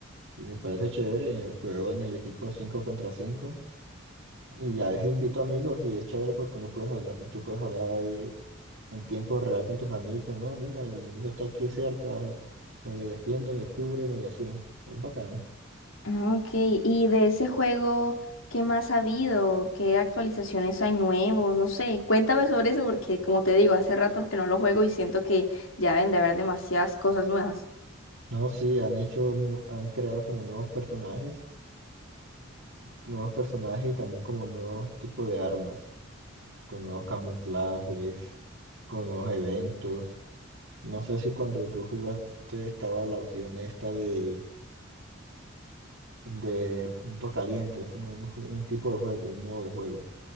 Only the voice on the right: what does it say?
y me parece chévere. eh, Juego en el equipo 5 contra 5 y a veces invito amigos y es chévere porque uno puedes hablar, tú puedes hablar ahí en tiempo real con tus amigos. No, mira, el enemigo está aquí cerca, eh, defiéndeme, cúbreme y así. Es bacano.
No, sí, han hecho, mu- han creado como nuevos personajes, nuevos personajes y también como nuevos tipos de armas, con nuevos camuflajes, con nuevos eventos. No sé si cuando tú jugaste estaba la opción esta de, de punto caliente, es como un, jue- un tipo de juego, un modo de juego.